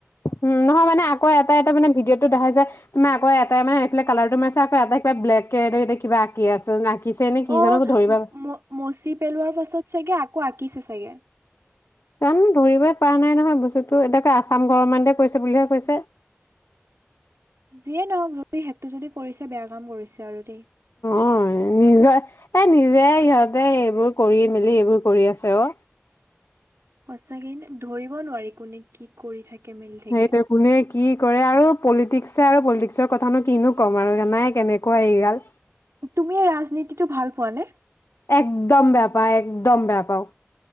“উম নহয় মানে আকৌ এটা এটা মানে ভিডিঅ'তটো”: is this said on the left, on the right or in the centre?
Left